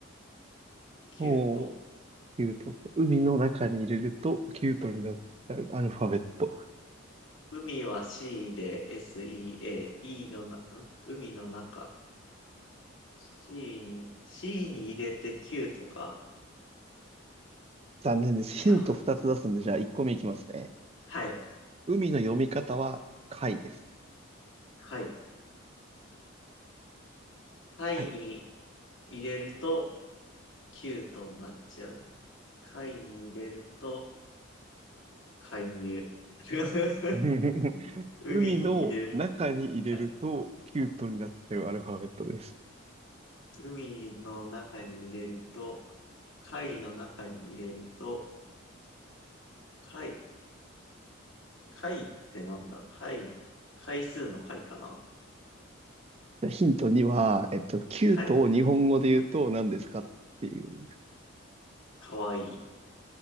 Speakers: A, on the left; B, on the right.
A: キュート。
B: おー、キュートですね。海の中に入れるとキュートになっちゃうアルファベット。
A: 海は C で SEA、E のな、ん海の中。C に、C に入れて Q とか。
B: 残念です。
A: いや、
B: ヒント2つ出すんで、じゃあ1個目いきますね。
A: はい。
B: 海の読み方は、貝です。
A: はい。貝に
B: はい。
A: 入れると Q となっちゃう。貝に入れると介入。<laughs>
B: <laughs>
A: 海に入れる。
B: 海の中に入れると、
A: はい
B: キュートになっちゃうアルファベットです。
A: 海の中に入れると、貝の中に入れると、貝、貝ってなんだ貝、回数の貝かな
B: ヒント2は、えっと、キュートを日本語で言うと何ですかっていう。
A: はい。かわいい。